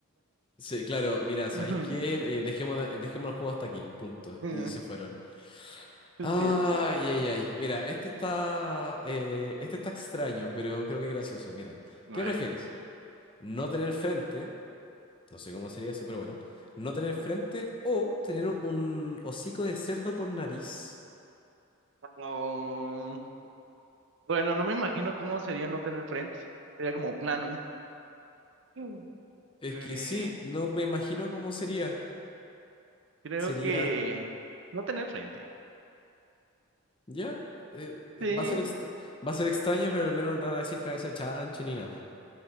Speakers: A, on the left; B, on the right.
A: Sí, claro, mira, ¿sabéis
B: <laughs>
A: qué? Eh, dejemos, de- dejemos el juego hasta aquí, punto.
B: Es
A: Y se fueron. Ay,
B: cierto.
A: ay, ay. Mira, este está, eh, este está extraño, pero creo que gracioso. Mira,
B: Bueno.
A: ¿qué prefieres? ¿No tener frente? No sé cómo sería eso, pero bueno. No tener frente o tener un hocico de cerdo por nariz.
B: Oh, bueno, no me imagino cómo sería no tener frente. Sería como plano. Mm.
A: Es
B: Eh,
A: que sí, no me imagino cómo sería.
B: creo
A: Sería,
B: que no tener frente.
A: ya, eh, va
B: Sí.
A: a ser extra- va a ser extraño, pero al menos no te van a decir cabeza de chancho ni nada.